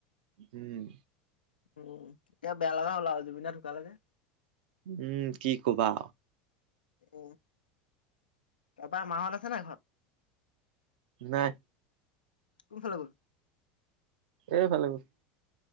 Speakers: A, on the right (about 65°); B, on the left (about 80°).
A: উম।
B: অ'। এতিয়া বেয়া লগা হল আৰু জুবিন দা ঢুকালে যে।
A: উম, কি কবা।
B: উ, তাৰপা মাহত আছে নাই ঘৰত?
A: নাই।
B: কোনফালে গল?
A: এ ফালে গল।